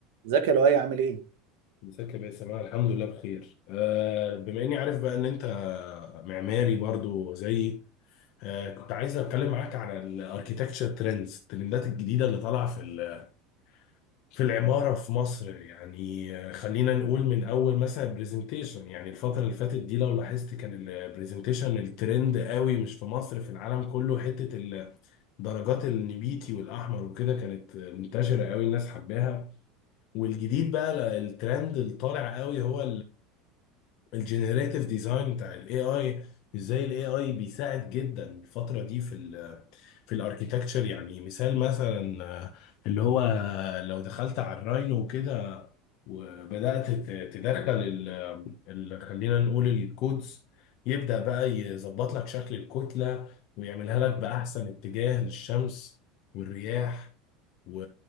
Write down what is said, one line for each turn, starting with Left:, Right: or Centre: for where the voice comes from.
Right: ازيك يا لؤي عامل ايه؟
Left: ازيك يا باسم انا الحمد لله بخير آه، بما اني عارف بقى ان انت معماري برضو زيي آه، كنت عايز اتكلم معاك عن الاركيتكتشر ترندز الترندات الجديده اللي طالعه في ال- في العماره في مصر يعني آه، خلينا نقول من اول مثلا برزنتيشن يعني الفتره اللي فاتت دي لو لاحظت كان البرزنتيشن الترند قوي مش في مصر في العالم كله حته ال- درجات النبيتي والاحمر وكده كانت منتشره قوي الناس حباها والجديد بقى الترند اللي طالع قوي هو الجنريتيف ديزاين بتاع الاي اي ازاي الاي اي بيساعد جدا الفتره دي في ال في الاركيتكتشر يعني مثال مثلا آه، اللي هو آه، لو دخلت على الراينو وكده وبدات ت- تدخل ال ال- خلينا نقول الكودز يبدا بقى يظبط لك شكل الكتله ويعملها لك باحسن اتجاه للشمس والرياح و...